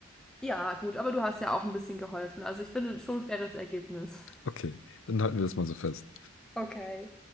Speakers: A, in the centre; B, on the left (about 65°).
A: Ja, gut, aber du hast ja auch ein bisschen geholfen. Also, ich finde schon ein faires Ergebnis.
B: Okay, dann halten wir das mal so fest.
A: Okay.